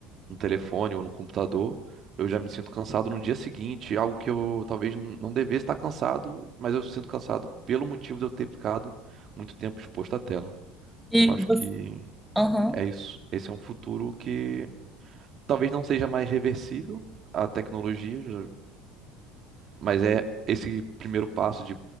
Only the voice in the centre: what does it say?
E
você,
aham.